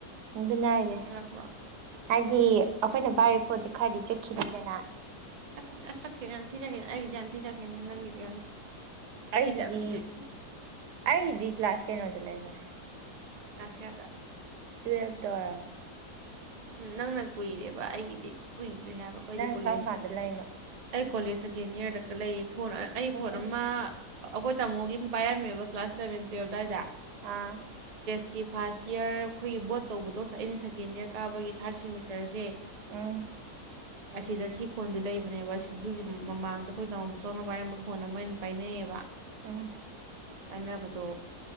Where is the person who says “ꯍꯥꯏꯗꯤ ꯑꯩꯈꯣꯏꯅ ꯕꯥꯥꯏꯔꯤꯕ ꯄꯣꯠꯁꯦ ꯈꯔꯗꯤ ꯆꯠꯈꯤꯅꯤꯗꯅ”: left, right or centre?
Right